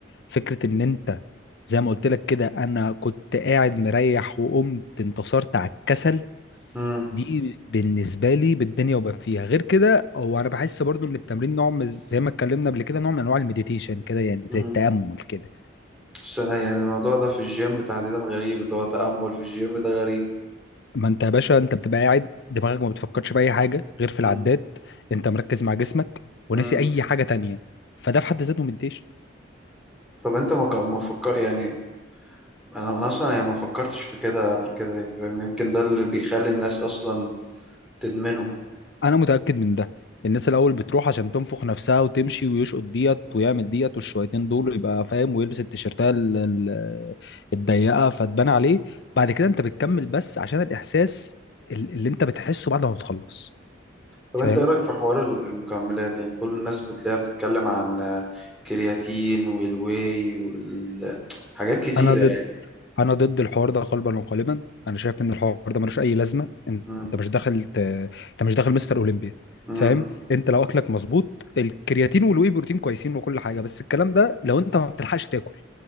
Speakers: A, on the left; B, in the centre.
A: فكرة ان انت زي ما قلت لك كده انا كنت قاعد مريح وقمت انتصرت على الكسل
B: امم
A: دي بالنسبة لي بالدنيا وبقى فيها غير كده هو انا بحس برضو ان التمرين نوع من- زي ما اتكلمنا قبل كده نوع من انواع المديتيشن كده يعني زي
B: امم
A: التأمل كده
B: بس انا يعني الموضوع ده في الجيم تحديدا غريب اللي هو تأمل في الجيم ده غريب
A: ما انت يا باشا انت بتبقى قاعد دماغك ما بتفكرش في اي حاجة غير في العداد
B: مم.
A: انت مركز مع جسمك
B: مم.
A: وناسي اي حاجة تانية فده في حد ذاته مديش
B: طب انت ما ك- ما فكر يعني انا انا اصلا يعني ما فكرتش في كده قبل كده يعني فاهم يمكن ده اللي بيخلي الناس اصلا تدمنه
A: انا متاكد من ده الناس الاول بتروح عشان تنفخ نفسها وتمشي ويشقط ديت ويعمل ديت والشويتين دول يبقى فاهم ويلبس التيشيرتات ال- ال- الضيقه فتبان عليه بعد كده انت بتكمل بس عشان الاحساس ال- اللي انت بتحسه بعد ما بتخلص
B: طب
A: فاهم
B: انت ايه رايك في حوار ال- المكملات يعني كل الناس بتلاقيها بتتكلم عن آه، كرياتين والواي والحاجات كتيره
A: انا ضد
B: يعني
A: انا ضد الحوار ده قلبا وقالبا انا شايف ان الحوار ده ملوش اي لازمه انت
B: مم.
A: مش داخل ت... انت مش داخل مستر اولمبيا
B: مم.
A: فاهم انت لو اكلك مظبوط الكرياتين والواي بروتين كويسين وكل حاجه بس الكلام ده لو انت ما بتلحقش تاكل